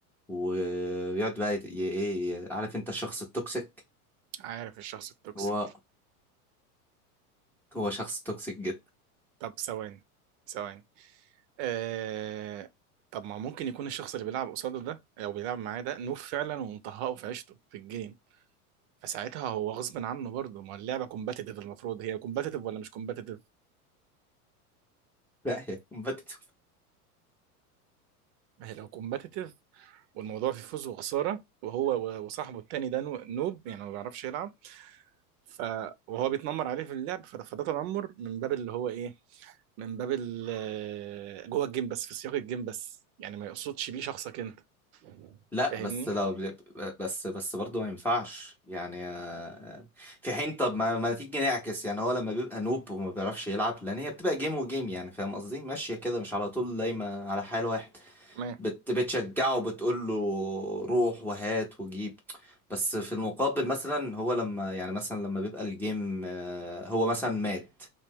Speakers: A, in the centre; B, on the right.
A: ويقعد بقى يت- ي- ايه عارف انت الشخص التوكسيك
B: عارف الشخص التوكسيك
A: هو هو شخص توكسيك جدا
B: طب ثواني ثواني آه... طب ما ممكن يكون الشخص اللي بيلعب قصاده ده او بيلعب معاه ده نوب فعلا ومطهقه في عيشته في الجيم فساعتها هو غصب عنه برضه ما اللعبه كومباتيتيف المفروض هي كومباتيتيف ولا مش كومباتيتيف
A: <laughs> لا هي كومبتيتيف
B: ما هي لو كومباتيتيف والموضوع فيه فوز وخساره وهو و- وصاحبه التاني ده نو- نوب يعني ما بيعرفش يلعب ف وهو بيتنمر عليه في اللعب فده فده تنمر من باب اللي هو ايه من باب ال- جوه الجيم بس في سياق الجيم بس يعني ما يقصدش بيه شخصك انت
A: لا
B: فاهمني
A: بس لو بس بس برضه ما ينفعش يعني آه، آه، في حين طب ما, ما تيجي نعكس يعني هو لما بيبقى نوب وما بيعرفش يلعب لان هي بتبقى جيم وجيم يعني فاهم قصدي ماشية كده مش على طول دايما على حال واحد
B: تمام
A: بت بتشجعه بتقول له روح وهات وجيب بس في المقابل مثلا هو لما يعني مثلا لما بيبقى الجيم آه، هو مثلا مات